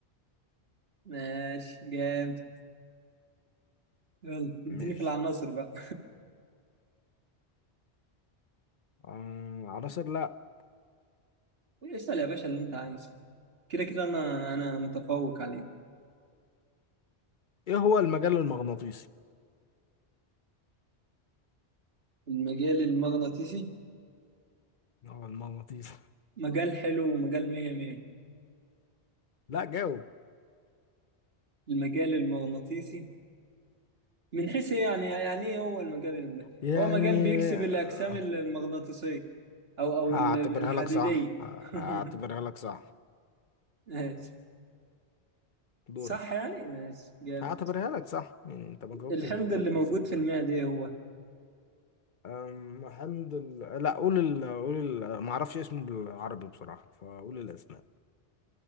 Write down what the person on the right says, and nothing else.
ماشي جامد يلا اديني
في العناصر بقى
<laughs> اسأل يا باشا اللي انت عايزه كده كده انا انا متفوق عليه
المجال المغناطيسي
مجال حلو ومجال مية مية
المجال المغناطيسي من حيث إيه يعني يعني ايه هو المجال الم-
هو مجال بيكسب
الاجسام المغناطيسيه او او
ال- الحديديه
<laughs>
ماشي
صح يعني ماشي جامد
الحمض
اللي موجود
في المعده
ايه هو